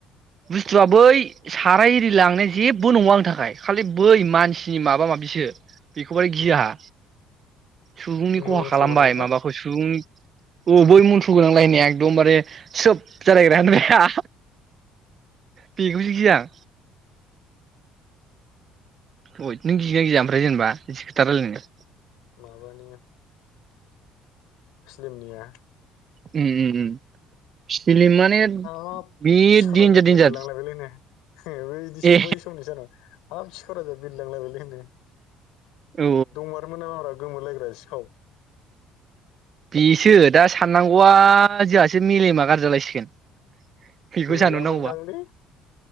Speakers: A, on the right; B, on the left.
A: बुस्थुआ बै साराय इरि लांनाया जेबो नङा आंनि थाखाय खालि बै मानसिनि माबा माबिसो बेखौ बाराय गियो आहा सुबुंनि
B: मन्थ्र
A: खहा खालामबाय
B: गोनांखौ
A: माबाखौ सुबुंनि औ बै मन्थ्र गोनांलायनाया एकदमबारे सब जालायग्रा होननायाया बेखौसो गियो आं अ नों गियोना गिया ओमफ्राय जेनेबा बिदि खोथा रायलायनो
B: माबानि फिलिमनिया
A: उम उम फिलिम माने
B: हाब
A: बे
B: सिखाव
A: देन्जार
B: राजाया
A: देन्जार
B: बिरलांलायबायलै नै इबो इदिसो
A: ए
B: बै समनि सानाव हाब सिखाव राजाया बिरलांलायबायलै होनो
A: औ
B: दंमारोमोन नामाब्रा गोमोलायग्रा सिखाव
A: बेसो दा साननांगौआ जोंहासो मेलेमा गारजि जालायसिगोन बेखौ
B: गैयामोनदांलै
A: सानहरनांगौबा